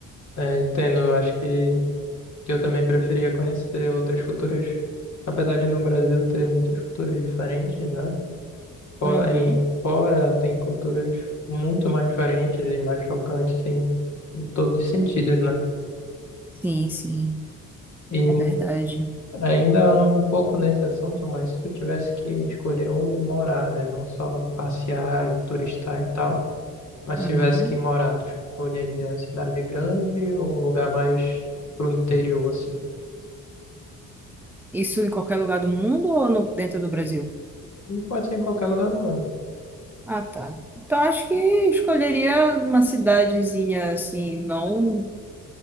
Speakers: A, on the left (about 40°); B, in the centre.
A: É, entendo, eu acho que, que eu também preferia conhecer outras culturas, apesar de no Brasil ter muitas culturas diferentes, né? Fora,
B: Uhum.
A: em, fora tem culturas muito mais diferentes e mais chocantes em, em todos os sentidos, né?
B: Sim, sim,
A: E
B: é verdade.
A: ainda um pouco nesse assunto, mas se eu tivesse que escolher onde morar, né? Não só passear e turistar e tal. Mas
B: Uhum.
A: se tivesse que morar, tu escolheria a cidade grande ou um lugar mais pro interior, assim?
B: Isso em qualquer lugar do mundo ou no- dentro do Brasil?
A: Não Pode ser em qualquer lugar do mundo.
B: Ah, tá. Então acho que escolheria uma cidadezinha assim, não